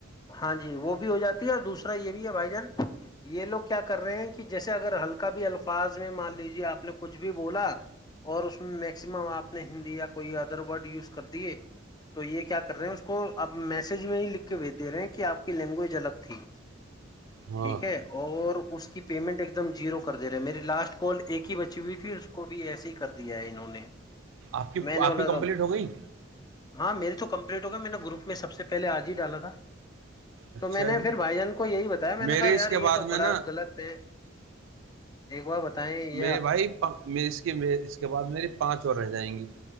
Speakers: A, on the left (about 20°); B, on the right (about 80°).
A: ہاں جی وہ بھی ہو جاتی ہے اور دوسرا یہ بھی ہے بھائی جان یہ لوگ کیا کر رہے ہیں کہ جیسے اگر ہلکا بھی الفاظ میں مان لیجے آپ نے کچھ بھی بولا اور اس میں میکسیمم آپ نے ہندی <unintelligible> کوئی ادر وارڈ یوز کرتا <unintelligible> دیے <unintelligible> تو یہ کیا کر رہے ہیں اس کو آپ میسج میں لکھ <unintelligible> دے رہے ہیں کہ آپ کی لینگویج الگ تھی <unintelligible>
B: ہاں
A: ٹھیک ہے اور اس کی پیمنٹ ایک دم زیرو کر دے رہے ہے میری لاسٹ کال ایک ہی بچی ہوئی تھی اس کو بھی ایسے ہی کر دیا ہے انہوں نے <unintelligible>
B: آپ کی
A: میں نے
B: آپ
A: بولا
B: کی کمپلیٹ
A: تھا
B: ہو گئی
A: ہاں میری تو کمپلیٹ ہوگی میں نے گروپ میں سب سے پہلے آج ہی ڈالا تھا
B: اچھا
A: تو میں نے
B: جی
A: پھر بھائی جان کو یہی بتایا میں نے
B: میرے
A: کہا یار
B: اس کے
A: یہ
B: بعد
A: تو
B: میں
A: بڑا
B: نا
A: غلط ہے ایک بار بتائیں یہ
B: میرے بھائی اس اس کے بعد میری پانچ اور رہ جائیں گی